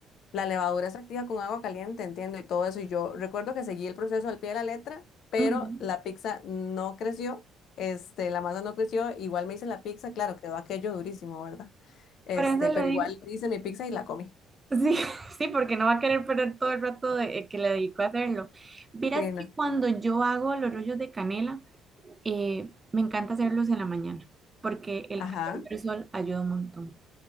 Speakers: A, on the left (about 65°); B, on the right (about 20°).
A: La levadura se activa con agua caliente, entiendo, y todo eso. Y yo recuerdo que seguí el proceso al pie de la letra, pero
B: Ujú.
A: la pizza no creció, este, la masa no creció. Igual me hice la pizza, claro, quedó aquello durísimo, ¿verdad? Este,
B: Por eso
A: pero
B: le
A: igual
B: digo,
A: hice mi pizza y la comí.
B: sí, <laughs> sí, porque no va a querer perder todo el rato de, eh, que le dedico a hacerlo. Verás
A: Sí, no.
B: que cuando yo hago los rollos de canela, Eh, me encanta hacerlos en la mañana porque el
A: Ajá.
B: calor del sol ayuda un montón.